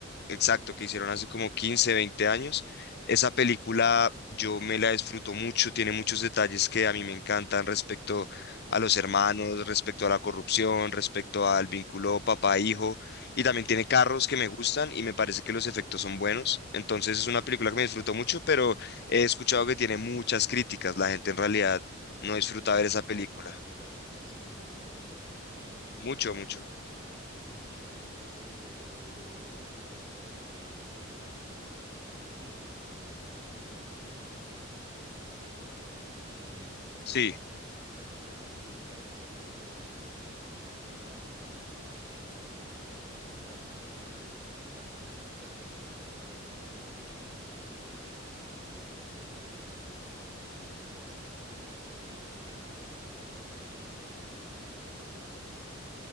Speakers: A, on the left; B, on the right.
A: exacto, que hicieron hace como 15, 20 años. Esa película yo me la disfruto mucho, tiene muchos detalles que a mí me encantan respecto a los hermanos, respecto a la corrupción, respecto al vínculo papá-hijo, y también tiene carros que me gustan y me parece que los efectos
B: Ok.
A: son buenos. Entonces es una película que me disfruto mucho, pero he escuchado que tiene muchas críticas. La gente en realidad no
B: Sí,
A: disfruta ver esa película.
B: la, la aporreó muchísimo, muy fuerte. Y, y me
A: Mucho,
B: pregunto,
A: mucho.
B: o sea, yo conozco la serie de, eh, de, de Meteoro, eh, del- el, anime eh, original, y sí, en efecto es un anime eh, ya de con sus años. ¿Y
A: Sí.
B: hay algo que tú recuerdes que te haya hecho pensar que esa, o bueno, como que te agrade demasiado de la película para que digas que es tu favorita? A pesar de todo lo que ya me comentaste, ¿no? De lo de los carros, de el- toda la conexión que tiene, entre otras cositas. Entonces... ¿Hay algo que digas, esto es lo que la define como mi película favorita?